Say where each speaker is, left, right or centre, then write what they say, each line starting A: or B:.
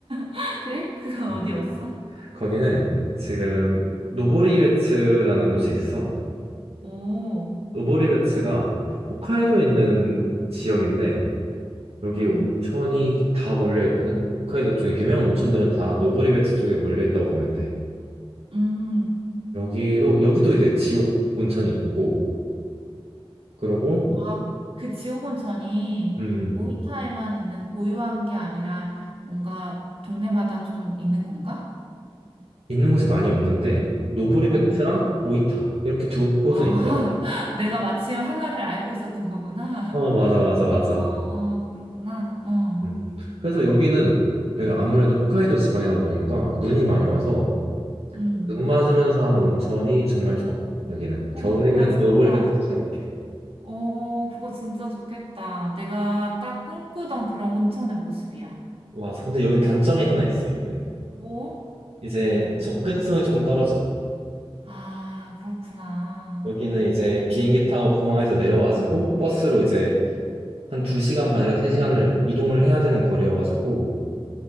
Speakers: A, on the right (about 65°); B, on the right (about 85°).
A: <laughs> 그래? 그건 어디였어?
B: 음. 거기는 지금 노보리베츠라는 곳이 있어.
A: <laughs> 오,
B: 노보리베츠가 홋카이도에 있는 지역인데, 여기
A: 음,
B: 온천이 다 몰려 있거든? 홋카이도 쪽에 유명한 온천들은 다 노보리베츠 쪽에 몰려 있다고 보면 돼.
A: 음.
B: 여기도, 여기도 이제 지옥 온천이 있고, 그러고,
A: 아, 그 지옥 온천이
B: 음,
A: 오이타에만 있는 고유한 게 아니라 뭔가 동네마다 좀 있는 건가?
B: 있는 곳이 많이 없는데 노브리베트랑
A: 어.
B: 오이타 이렇게 두 곳은
A: 아, <laughs>
B: 있더라.
A: 내가 마침 하나를 알고 있었던 거구나.
B: 어 맞아
A: <laughs>
B: 맞아 맞아.
A: 아, 그렇구나. 어,
B: 음. 그래서 여기는 아무래도 홋카이도 지방이다 보니까 눈이 많이 와서
A: 음.
B: 눈 맞으면서 하는 온천이 정말 좋아. 여기는
A: 와,
B: 겨울이면
A: 그거 진짜,
B: 노브리베트 추천할게.
A: 어, 그거 진짜 좋겠다. 내가 딱 꿈꾸던 그런 온천의 모습이야.
B: 와 근데 여긴 단점이 하나 있어 여기는
A: 뭐?
B: 이제 접근성이 조금 떨어져.
A: 아, 그렇구나.
B: 여기는 이제 비행기 타고 공항에서 내려가지고 버스로 이제
A: 음.
B: 한 두 시간 반에서 세 시간을 이동을 해야 되는 거리여가지고